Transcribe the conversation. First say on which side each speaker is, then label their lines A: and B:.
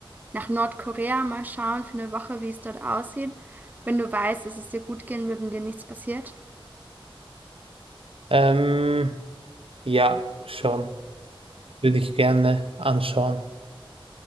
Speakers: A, on the right; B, on the right.
A: nach Nordkorea, mal schauen für eine Woche, wie es dort aussieht. Wenn du weißt, dass es dir gut gehen wird und dir nichts passiert.
B: Ähm, ja, schon. Würde ich gerne anschauen.